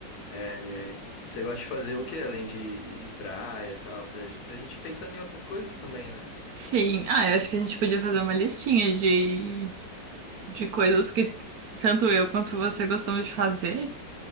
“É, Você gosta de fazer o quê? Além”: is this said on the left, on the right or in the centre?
Left